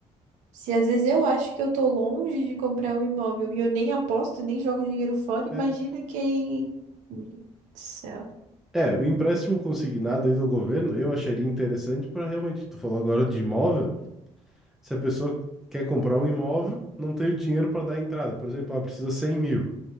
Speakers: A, on the right; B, in the centre.
A: Se às vezes eu acho que eu tô longe de comprar um imóvel e eu nem aposto, nem jogo dinheiro fora, imagina
B: É.
A: quem. Meu Deus do Céu.
B: É, o empréstimo consignado aí do governo eu acharia interessante para realmente, tu falou agora de imóvel. Se a pessoa quer comprar um imóvel, não tem o dinheiro para dar entrada. Por exemplo, ah, precisa 100 mil.